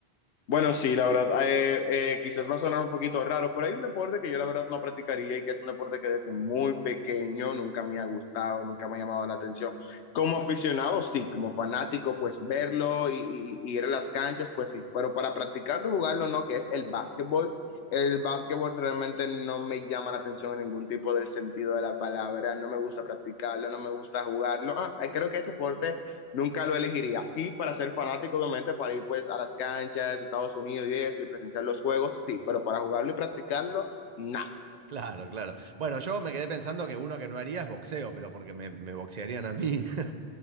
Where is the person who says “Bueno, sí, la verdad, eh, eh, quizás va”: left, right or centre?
Left